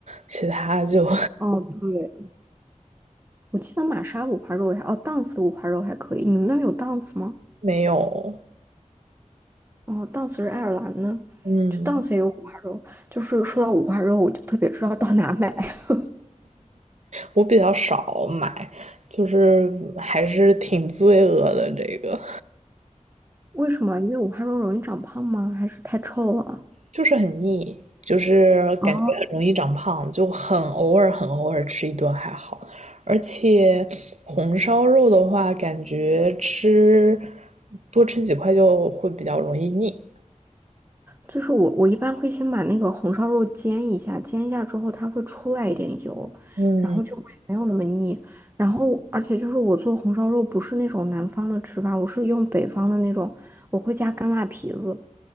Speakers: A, on the right; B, on the right.
A: 其他就
B: 哦，对，我记得玛莎五花肉也还，哦，Dance 的五花肉还可以。你们那儿有 Dance 吗？
A: <laughs> 没有。
B: 哦，Dance 是爱尔兰的，
A: 嗯，
B: 就 Dance 也有五花肉。就是说到五花肉，我就特别知道到哪买。<laughs>
A: 我比较少买，就是还是挺罪恶的这个。
B: 为什么？因为五花肉容易长胖吗？还是太臭了？
A: 就是很腻，就是感觉很容易长胖，
B: 哦，
A: 就很偶尔很偶尔吃一顿还好。而且红烧肉的话，感觉吃多吃几块就会比较容易腻。
B: 就是我，我一般会先把那个红烧肉煎一下，煎一下之后它会出来一点油，
A: 嗯
B: 然后就会没有那么腻。然后，而且就是我做红烧肉不是那种南方的吃法，我是用北方的那种，我会加干辣皮子。